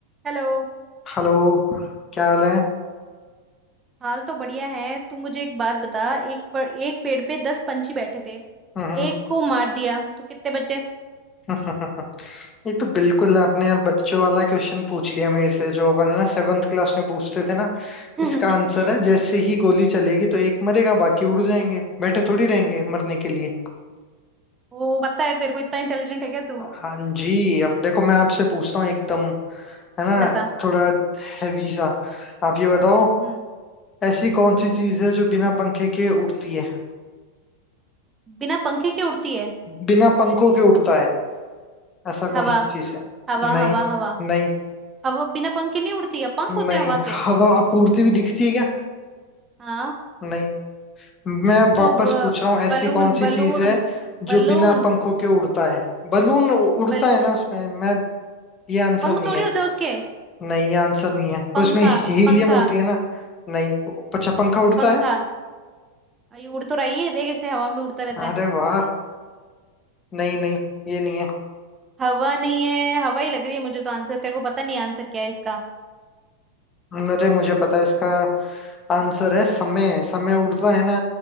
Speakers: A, on the right; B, on the left.
A: Hello
B: Hello क्या हाल है
A: हाल तो बढ़िया है तू मुझे एक बात बता एक पर एक पेड़ पे दस पंछी बैठे थे
B: हम्म,
A: एक को मार दिया तो कितने बचे
B: <laughs> ये तो बिल्कुल आपने यार बच्चों वाला क्वेश्चन पूछ लिया मेरे से जो अपन है ना सेवन्थ क्लास में पूछते थे ना
A: <laughs>
B: इसका आंसर है जैसे ही गोली चलेगी तो एक मरेगा बाकी उड़ जाएंगे बैठे थोड़ी रहेंगे मरने के लिए
A: वो पता है तेरे को इतना इंटेलिजेंट है क्या तू
B: हाँ जी अब देखो मैं आपसे पूछता हूँ एकदम है ना
A: बता
B: थोड़ा हैवी सा आप ये बताओ
A: हम्म
B: ऐसी कौन सी चीज है जो बिना पंखे के उड़ती है
A: बिना पंखे के उड़ती है
B: बिना पंखों के उड़ता है ऐसा कौन
A: हवा
B: सी चीज है
A: हवा
B: नहीं
A: हवा हवा
B: नहीं
A: हवा बिना पंखे नहीं उड़ती है पंख होते
B: नहीं
A: हैं हवा के
B: अब आपको उड़ती हुई दिखती है क्या
A: हाँ
B: नहीं मैं
A: तो
B: वापस
A: ब,
B: पूछ रहा हूँ ऐसी
A: बलून
B: कौन सी
A: बलून
B: चीज है
A: बलून
B: जो बिना पंखों के उड़ता है बलून उड़ता
A: बलून
B: है ना उसमें मैं ये आंसर
A: पंख
B: नहीं
A: थोड़ी
B: है
A: होते हैं उसके
B: नहीं ये आंसर नहीं है
A: पंखा
B: उसमें हीलियम
A: पंखा
B: होती है ना नहीं अच्छा पंखा उड़ता
A: पंखा
B: है
A: ये उड़ तो रही है देख ऐसे हवा में उड़ता रहता है
B: अरे वाह नहीं नहीं ये नहीं है
A: हवा नहीं है हवा ही लग रही है मुझे तो आंसर तेरे को पता नहीं आंसर क्या है इसका
B: अरे मुझे पता है इसका आंसर है समय समय उड़ता है ना